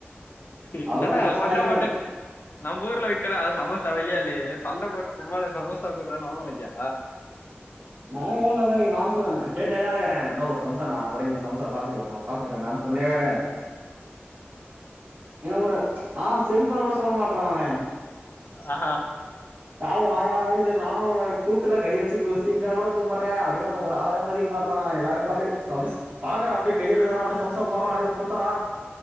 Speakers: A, on the left; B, on the right.
A: என்னடா
B: அவரு எங்க அப்பாவ
A: சண்ட
B: எறக்கி
A: போட்டு நம்ம ஊர்ல விக்கற சமோசா வெளியாலே சண்ட போட்டு சும்மாலா சமோசா குறானு வாங்க மாட்டியா
B: நானு எவ்ளோநேரந்த கேக் நானு சொன்ன கேட்னேதா இருக்குற நோ சம்சா நா அம்பருவாய்க்கு சம்சா பார்சல்கட்னா பார்சல்கட்னா சொல்னேக்குற இவ ஒரு ஆ சரிப்பான்னு கூட சொல்ல மாட்றா அவ
A: ஆ
B: காதுல வாங்கறான கூட தெர்ல நானு கூப்ட்டுல கை வச்சு சீன்டனா கூட கூப்பற அப்டியு ஒரு ஆளாவே மதிக்கமாட் றான் எல்லாருக்கு அப்டியே சே பறக்குறா அப்டே கை எடுக்குறா அப்டே சம்சா போறா அப்டே கொத்தறா